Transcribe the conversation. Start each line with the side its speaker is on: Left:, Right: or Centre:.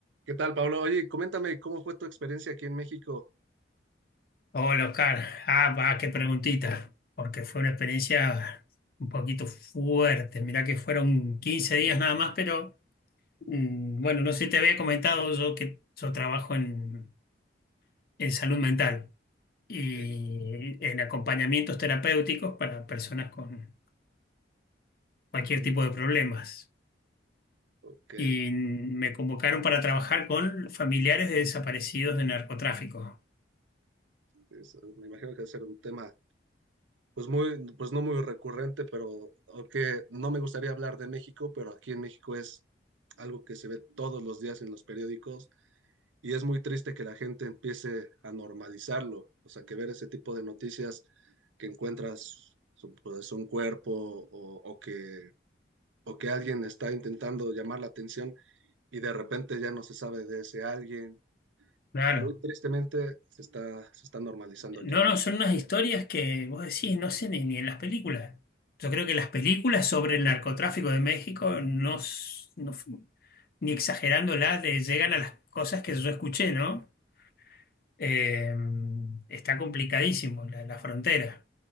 Right: ¿Qué tal, Pablo? Oye, coméntame cómo fue tu experiencia aquí en México.
Left: Hola Oscar, ah, va, qué preguntita, porque fue una experiencia un poquito fuerte. Mirá que fueron 15 días nada más, pero mm, bueno, no sé si te había comentado yo que yo trabajo en, en salud mental y
Right: Eh,
Left: en acompañamientos terapéuticos para personas con cualquier
Right: con,
Left: tipo de problemas.
Right: ok,
Left: Y me convocaron para trabajar con familiares de desaparecidos de narcotráfico.
Right: eso, me imagino que va a ser un tema, pues muy, pues no muy recurrente, pero aunque no me gustaría hablar de México, pero aquí en México es algo que se ve todos los días en los periódicos y es muy triste que la gente empiece a normalizarlo, o sea, que ver ese tipo de noticias que encuentras su- pues, un cuerpo o, o que, o que alguien está intentando llamar la atención y de repente ya no se sabe de ese alguien
Left: Claro.
Right: Muy tristemente se está, se está normalizando aquí
Left: No,
Right: en
Left: no,
Right: México.
Left: son unas historias que vos decís, no sé, ni, ni en las películas. Yo creo que las películas sobre el narcotráfico de México no, s- no f- ni exagerándolas, de- llegan a las cosas que yo escuché, ¿no? Eh, está complicadísimo la, la frontera.